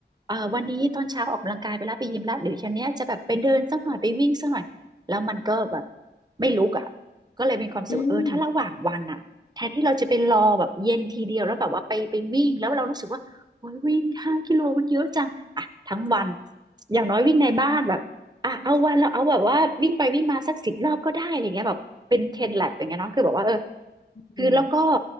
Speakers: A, on the right (about 20°); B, on the left (about 45°).
A: เอ่อวันนี้ตอนเช้าออกกำลังกายไปแล้วไปยิมแล้วเดี๋ยวเย็นเนี้ยจะแบบไปเดินสักหน่อยไปวิ่งสักหน่อยแล้วมันก็แบบไม่ลุกอ่ะก็เลยมีความรู้สึกว่าเออถ้าระหว่างวันอ่ะแทนที่เราจะไปรอแบบเย็นทีเดียวแล้วแบบว่าไปไปวิ่งแล้วเรารู้สึกว่าโอ้ยวิ่งห้ากิโลมันเยอะจังอ่ะทั้งวัน
B: อืม
A: อย่างน้อยวิ่งในบ้านแบบ อ่ะเอาวันเราเอาแบบว่าวิ่งไปวิ่งมาสักสิบรอบก็ได้อะไรเงี้ยแบบเป็นเทนแลบอย่างเงี้ยเนาะคือแบบว่าเออคือแล้วก็
B: อืม